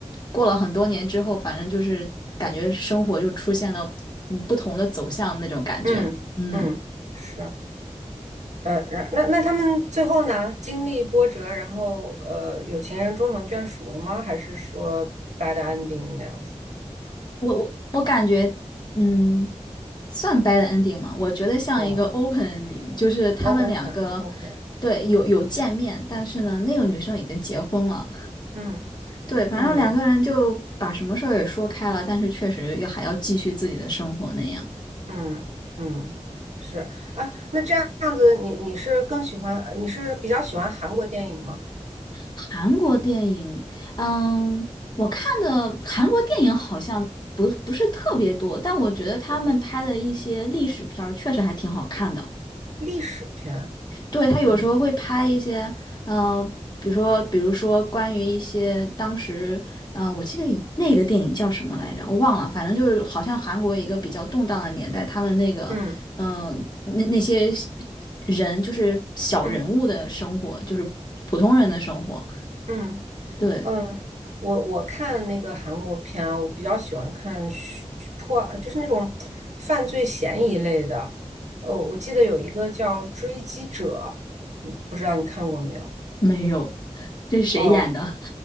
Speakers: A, on the left; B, on the right.
A: 过了很多年之后，反正就是感觉生活就出现了嗯不同的走向那种感觉。
B: 嗯嗯，
A: 嗯，
B: 是，呃，然那那他们最后呢，经历波折，然后呃，有情人终成眷属了吗？还是说 bad ending 那样子？
A: 我我我感觉嗯算 bad ending 吗？我觉得像一个
B: 哦
A: open ending，就是他们两个。
B: 哦，open ending，OK，
A: 对，有有见面，但是呢，那个女生已经结婚了。
B: 嗯
A: 对，反正两个人就把什么事儿也说开了，
B: 嗯
A: 但是确实也还要继续自己的生活那样。
B: 嗯嗯，是啊，那这样子你，你是更喜欢，呃你是比较喜欢韩国电影吗？
A: 韩国电影，嗯，我看的韩国电影好像不不是特别多，但我觉得他们拍的一些历史片儿确实还挺好看的。
B: 不是特多，历史片，
A: 对，他有时候会拍一些，
B: 嗯
A: 呃，比如说，比如说关于一些当时，嗯，我记得以那个电影叫什么来着，我忘了，反正就是好像韩国一个比较动荡的年代，他们那个，
B: 嗯
A: 嗯、那那些人就是小人物的生活，
B: 嗯
A: 就是普通人的生活。
B: 嗯
A: 对，
B: 嗯，我我看那个韩国片啊，我比较喜欢看虚破，就是那种犯罪嫌疑类的。哦，我记得有一个叫《追击者》，嗯不知道你看过没有？
A: 没有，这是谁演的？
B: 哦，